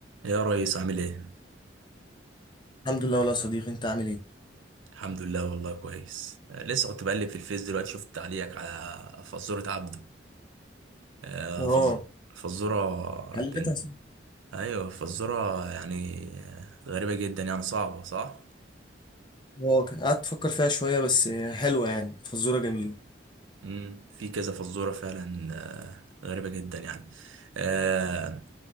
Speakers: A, on the right (about 85°); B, on the left (about 25°).
A: يا ريس عامل ايه؟
B: الحمد لله والله يا صديقي انت عامل ايه
A: الحمد لله والله كويس آه، لسه كنت بقلب في الفيس دلوقتي شفت تعليقك على فزورة عبده آه،
B: اه
A: فز... فزورة
B: حلتها
A: بنت
B: س-
A: ايوه فزورة يعني آه، غريبة جدا يعني صعبة صح؟
B: اه كان قعدت افكر فيها شويه بس حلوه يعني فزوره جميله
A: مم. في كذا فزورة فعلا آه، غريبة جدا يعني آه،